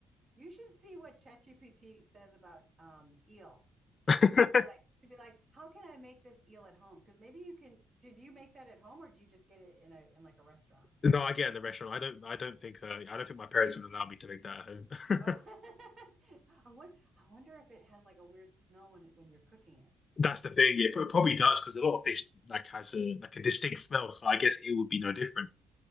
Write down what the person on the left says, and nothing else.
<laughs>
No, I get in the restaurant. I don't. I don't think. Uh, I don't think my parents would allow me to make that at home.
<laughs>
That's the thing. It probably does because a lot of fish like has a like a distinct smell. So I guess it would be no different.